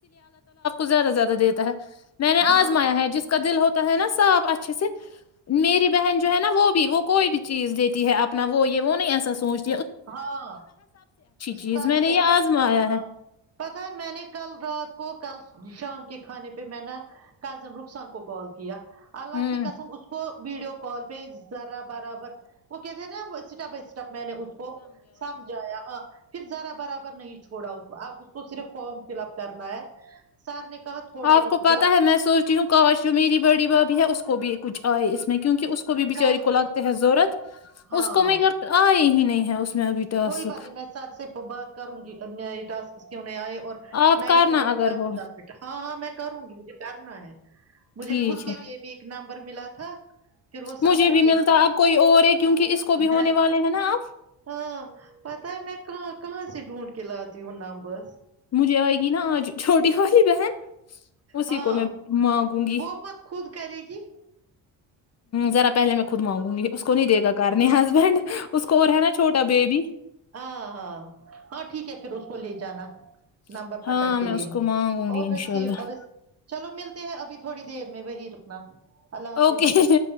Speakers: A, on the left (about 40°); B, on the right (about 35°).
A: زیادہ زیادہ دیتا ہے میں نے آزمایا
B: ہاں
A: ہے جس کا دل ہوتا ہے نا صاف اچھے سے میری بہن جو ہے نا وہ وہ کوئی نہیں <unintelligible> چیز دیتی ہے اپنا وہ یہ وہ نہیں ایسا سوچ
B: ہاں
A: چیز
B: سب
A: میں نے
B: سے
A: یہ
B: اچھی
A: آزمایا
B: چیز ہاں
A: ہے
B: پتا ہے میں نے کل رات کو کل شام کے کھانے پہ میں نےا کزن رخسان کو کال کیا اللہ
A: ہوں
B: کی قسم اس کو ویڈیو کال پہ ذرا برابر وہ کہتے ہیں نا اسٹپ بائی اسٹپ میں نے وہ سمج آیا ہاں پھر ذرا برابر نہیں چھوڑا اس تو اب اس کو صرف فارم فل اپ کرنا ہے سار نے کہا تھوڑا
A: آپ
B: رک
A: کو پتاہ
B: جاؤ
A: ہے میں سوچتیی ہوں کاش ہوں میری بڑی بب اس کو بھی کچھ آئے اس میں کیونکہ اس کو کو بھی بچاری
B: کل
A: کو لگتے ہے ضورت
B: ہاں
A: اس کو میں اھر آ ہی <unintelligible> نہیں ہے اس میں ابھی ٹاسک
B: کوئی پتا نہیں میں س سے بات کروں گی ا اسک <unintelligible> اس کے انہ آئے <unintelligible> اور
A: آپ
B: نئے
A: کرنا
B: فارم
A: اگر
B: سب
A: ہو
B: سبمٹ ہاں ہاں میں کروں گی مجھے کرنا ہے مجھے
A: ٹھیک
B: خود کے
A: ہے
B: لیے بھی ایک نام پرر ملا تھا <unintelligible> پھر وہ سبمٹ
A: مجھے بھی
B: نہیں
A: ملتا اب کوئی اور ہے کیونکہ اس کو بھی
B: ہے
A: ہونے والے ہیں نا آپ
B: ہاں میں کہاں کہاں سے ڈھونڈ کے لات دییوں نمبر
A: مجھے آئے گی نا چھوٹی ہوی بہن اسی
B: ہاں
A: کو میں مانگوں گی
B: وہ مت خود کرے گی
A: ذا پہلے میں خود مانگ گ <unintelligible> اس کو نہیں دےھا کار نے ہسبینڈ اس کو اور ہے نا چھوٹا بیبی
B: ہاں ہاں ہاں ٹھیک ہے پھر اس کو لے جانا
A: <unintelligible>
B: نمبر
A: ہاں
B: پکڑ کے
A: میں
B: لیے
A: اس کو مانگوں
B: اور
A: گی انشاء
B: رسی
A: اللہ
B: چلو ملتا ابھی تھوڑی دیر میں وہی رکنا اللہ حافظ
A: اوکے